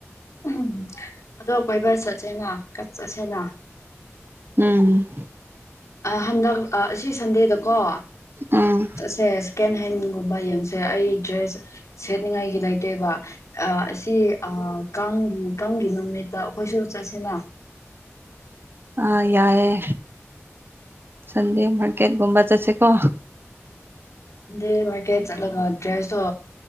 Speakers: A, on the left; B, on the right.
A: ꯎꯝꯍꯝ ꯑꯗꯣ ꯑꯩꯈꯣꯏ ꯕꯁ ꯆꯠꯁꯦꯅ ꯀꯠ ꯆꯠꯁꯦꯅ
B: ꯎꯝ
A: ꯑꯥ ꯍꯟꯗꯛ ꯑꯁꯤ ꯁꯟꯗꯦꯗꯀꯣ
B: ꯎꯝ
A: ꯆꯠꯁꯦ ꯁꯦꯀꯦꯟ ꯍꯦꯟ ꯒꯨꯝꯕ ꯌꯦꯡꯁꯦ ꯑꯩ ꯗ꯭ꯔꯦꯁ ꯁꯦꯠꯅꯤꯡꯉꯥꯏꯒꯤ ꯂꯩꯇꯦꯕ ꯑꯥ ꯑꯁꯤ ꯑꯥ ꯀꯥꯡ ꯀꯥꯡꯒꯤ ꯅꯨꯃꯤꯠꯇ ꯑꯩꯈꯣꯏꯁꯨ ꯆꯠꯁꯤꯅ
B: ꯑꯥꯥ ꯌꯥꯏꯑꯦ ꯁꯟꯗꯦ ꯃꯟ ꯀꯦꯠꯒꯨꯝꯕ ꯆꯠꯁꯦꯀꯣ
A: ꯁꯟꯗꯦ ꯃꯥꯔꯀꯦꯠ ꯆꯠꯂꯒ ꯗ꯭ꯔꯦꯁꯇꯣ